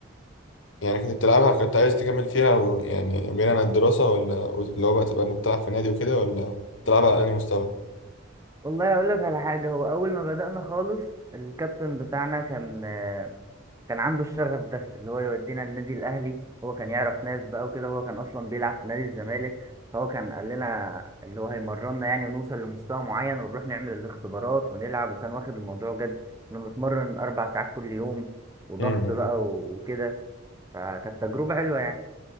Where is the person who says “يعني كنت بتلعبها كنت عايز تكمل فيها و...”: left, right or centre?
Left